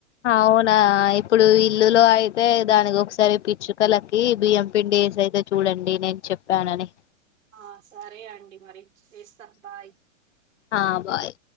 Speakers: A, on the left; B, on the right.
A: అవునా ఇప్పుడు ఇల్లులో అయితే దానికి ఒకసారి పిచ్చుకలకి బిఎంపిి డేస్ అయితే చూడండి నేను చెప్పానని
B: ఆ సరే అండి మరి చేస్తాం బాయ్
A: ఆ బాయ్